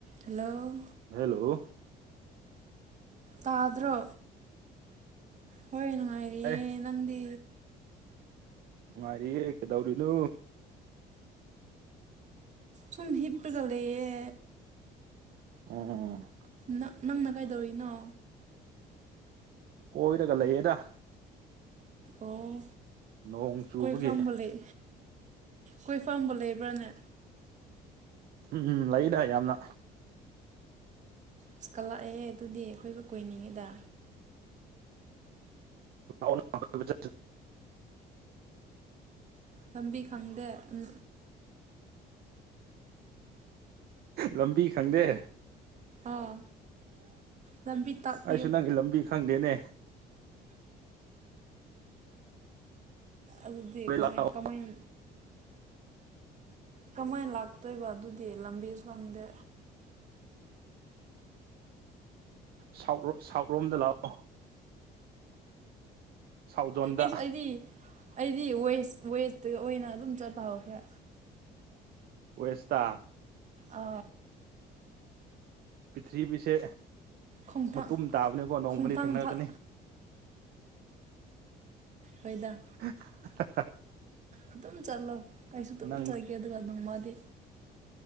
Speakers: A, on the right; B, on the right.
A: Hello
B: hello
A: ꯇꯥꯗ꯭ꯔꯣ ꯍꯣꯏ ꯅꯨꯡꯉꯥꯏꯔꯤꯌꯦ
B: ꯑꯦ
A: ꯅꯪꯗꯤ
B: ꯅꯨꯡꯉꯥꯏꯔꯤꯌꯦ ꯀꯗꯧꯔꯤꯅꯣ
A: ꯁꯨꯝ ꯍꯤꯞꯄꯒ ꯂꯩꯌꯦ
B: ꯑꯣ
A: ꯅꯛ ꯅꯪꯅ ꯀꯩꯗꯧꯔꯤꯅꯣ
B: ꯀꯣꯏꯔꯒ ꯂꯩꯌꯦꯗ
A: ꯑꯣ
B: ꯅꯣꯡ ꯆꯨꯕꯒꯤ
A: ꯀꯣꯏꯐꯝꯕꯨ ꯂꯩ ꯀꯣꯏꯐꯝꯕꯨ ꯂꯩꯕ꯭ꯔꯥꯅꯦ
B: ꯎꯝ ꯂꯩꯅ ꯌꯥꯝꯅ
A: ꯏꯁ ꯀꯠꯂꯛꯑꯦꯍꯦ ꯑꯗꯨꯗꯤ ꯑꯩꯈꯣꯏꯕꯨ ꯀꯣꯏꯅꯤꯡꯉꯤꯗ
B: <unintelligible>
A: ꯂꯝꯕꯤ ꯈꯪꯗꯦ ꯎꯝ
B: ꯂꯝꯕꯤ ꯈꯪꯗꯦ
A: ꯑꯥ ꯂꯝꯕꯤ ꯇꯥꯛꯄꯤꯌꯨ
B: ꯑꯩꯁꯨ ꯅꯪꯒꯤ ꯂꯝꯕꯤ ꯈꯪꯗꯦꯅꯦ
A: ꯑꯗꯨꯗꯤ
B: ꯅꯣꯏ
A: ꯀꯃꯥꯏꯟ
B: ꯂꯥꯛꯑꯣ
A: ꯀꯃꯥꯏꯟ ꯀꯃꯥꯏꯟ ꯂꯥꯛꯇꯣꯏꯕ ꯑꯗꯨꯗꯤ ꯂꯝꯕꯤꯁꯨ ꯈꯪꯗꯦ
B: ꯁꯥꯎꯠꯔꯣꯝ ꯁꯥꯎꯠꯔꯣꯝꯗ ꯂꯥꯛꯑꯣ ꯁꯥꯎꯠ ꯖꯣꯟꯗ
A: ꯏꯁ ꯑꯩꯗꯤ ꯑꯩꯗꯤ ꯋꯦꯁꯠ ꯋꯦꯁꯠꯇꯥꯒ ꯑꯣꯏꯅ ꯑꯗꯨꯝ ꯆꯠꯄ ꯍꯧꯈ꯭ꯔꯦ
B: ꯋꯦꯁꯠꯇꯥ
A: ꯑꯥ
B: ꯄ꯭ꯔꯤꯊ꯭ꯔꯤꯕꯤꯁꯦ
A: ꯈꯣꯡꯊꯥꯡ
B: ꯃꯇꯨꯝ ꯇꯥꯕꯅꯤꯀꯣ ꯅꯣꯡꯃꯅꯤ
A: ꯈꯣꯡꯊꯥꯡ
B: ꯊꯦꯡꯅꯔꯛꯀꯅꯤ
A: ꯊꯥꯡ ꯍꯣꯏꯗ
B: <unintelligible>
A: ꯑꯗꯨꯝ ꯆꯠꯂꯣ ꯑꯩꯁꯨ ꯑꯗꯨꯝ
B: ꯅꯪ
A: ꯆꯠꯒꯦ ꯑꯗꯨꯒ ꯅꯣꯡꯃꯥꯗꯤ